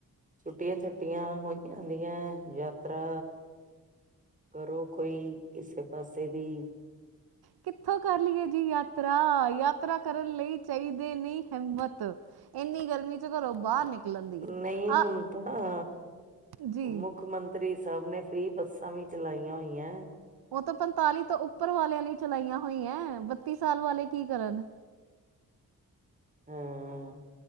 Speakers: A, on the right; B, on the right.
A: ਛੁੱਟੀਆਂ- ਛਾਤੀਆਂ ਹੋਈਆਂ ਹੁੰਦੀਆਂ ਯ। ਯਾਤਰਾ ਕਰੋ ਕੋਈ ਕਿਸੇ ਪਾਸੇ ਦੀ।
B: ਕਿੱਥੋਂ ਕਰ ਲਈਏ ਜੀ ਯਾਤਰਾ, ਯਾਤਰਾ ਕਰਨ ਲਈ ਚਾਹੀਦੇ ਨੀ ਹਿੰਮਤ। ਐਨੀ ਗਰਮੀ। ਘਰੋ ਬਾਹਰ, ਨਿਕਲਣ ਦੀ
A: ਨਹੀਂ ਹੁਣ
B: ਆ
A: ਤਾਂ ਨਾ
B: ਜੀ
A: ਮੁੱਖ ਮੰਤਰੀ। ਮੰਤਰੀ ਸਾਹਿਬ ਨੇ, ਫਰੀ ਬੱਸਾਂ ਵੀ ਚਲਾਈਆਂ ਹੋਈਆਂ ਐ।
B: ਉਹ ਤਾਂ ਪੰਤਾਲੀ ਤੋਂ ਉੱਪਰ ਵਾਲਿਆਂ ਲਈ ਚਲਾਈਆਂ ਹੋਈ ਹੈ। ਬੱਤੀ ਸਾਲ ਵਾਲੇ ਕੀ ਕਰਨ।
A: ਹਾਂ।